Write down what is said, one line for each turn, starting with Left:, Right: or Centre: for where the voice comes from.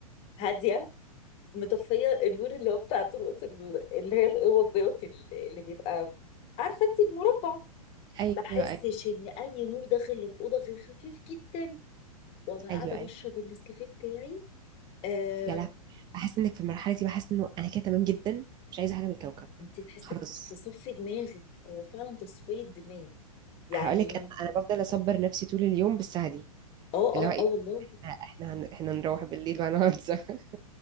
Left: هادية مطفيه النور اللي هو بتاع طرقه ال- اللي هي الاوض دوت اللي اللي بيبقى عارفه انت المربع
Right: ايوه
Left: ما احسش
Right: ايوه
Left: ان اي نور داخل الاوضه غير خفيف جدا وابقى قاعده
Right: ايوه
Left: بشرب
Right: أيوه.
Left: النسكافيه بتاعي آه،
Right: يا لهوي بحس انك في المرحله دي بحس انه انا كده تمام جدا مش عايزه حاجه من الكوكب
Left: انت تحسي
Right: خلاص
Left: في صف دماغك هو فعلا تصفيه دماغ يعني
Right: هقول لك انا انا بفضل اصبر نفسي طول اليوم بالساعه دي
Left: اه
Right: اللي
Left: اه
Right: هو ايه
Left: اه والله
Right: احنا احنا هن... احنا هنروح بالليل وهنقعد سوا <laughs>